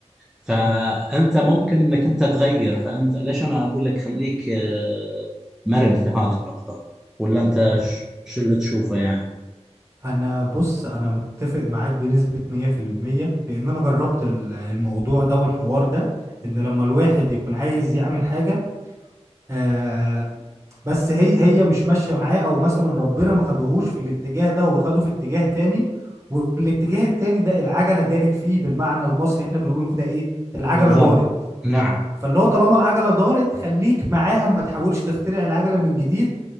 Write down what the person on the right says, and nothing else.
مم.
مم.
أنا بص أنا متفق معاك بنسبة 100% لأن أنا جربت ال- الموضوع ده والحوار ده إن لما الواحد يكون عايز يعمل حاجة آه بس هي هي مش ماشية معاه أو مثلا ربنا ما خدهوش في الاتجاه ده هو خده في اتجاه تاني والاتجاه التاني ده العجلة دارت فيه بالمعنى المصري احنا بنقول كده إيه العجلة
دارت
فاللي هو طالما العجله دارت خليك معاها ما تحاولش تخترع العجله من جديد